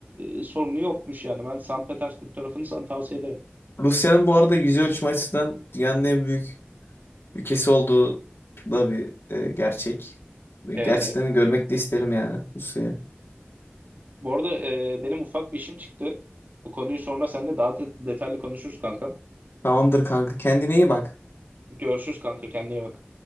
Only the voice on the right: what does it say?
e, sorunu yokmuş yani. Ben San Petersburg tarafını sana tavsiye ederim.
Evet
evet.
Bu arada e, benim ufak bir işim çıktı. Bu konuyu sonra seninle daha de- detaylı konuşuruz kankam.
Görüşürüz kanka kendine iyi bak.